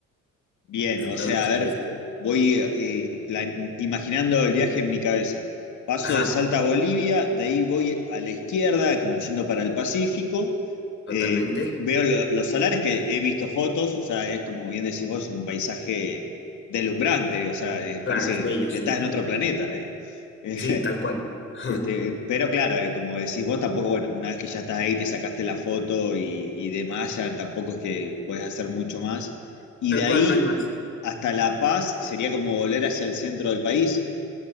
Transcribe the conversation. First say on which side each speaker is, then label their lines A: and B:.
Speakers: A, on the left; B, on the left.
A: Bien,
B: Entonces,
A: o sea, a ver, voy eh, plan- imaginando el viaje en mi cabeza. Paso
B: ajá,
A: de Salta a Bolivia, de ahí voy a la izquierda, como yendo para el Pacífico.
B: totalmente.
A: Eh, veo lo- los salares que he visto fotos, o sea, es como bien decís vos, un paisaje deslumbrante, o sea, eh, parece
B: Claro, es bello,
A: que
B: sí.
A: estás en otro planeta. eh. <laughs>
B: Sí, tal cual. <laughs>
A: Este, pero claro, eh, como decís vos, tampoco, bueno, una vez que ya estás ahí, te sacaste la foto y, y demás, ya tampoco es que puedes hacer mucho más. Y
B: Tal
A: de
B: cual,
A: ahí
B: no hay más.
A: hasta La Paz sería como volver hacia el centro del país.